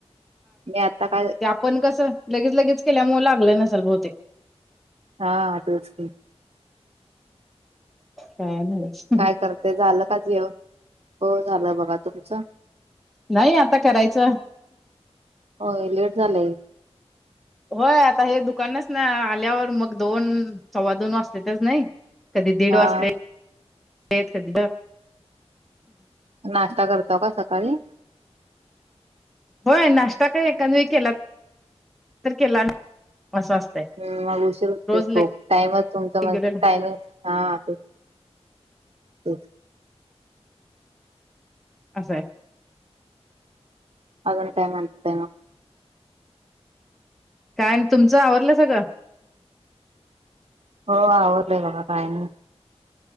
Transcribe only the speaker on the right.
मी आता काय
हा तोच की
काय करताय झालं का जेवन? हो झालं बघा तुमचं
होय लेट झालंय.
हा
नाष्टा करताव का सकाळी?
हम् मग उशीर होते
खूप टाइमच तुमच
म्हण टाइमिंग हा ते तेच
अजून काय म्हणताय म
हो आवरलंय बघा बायांनी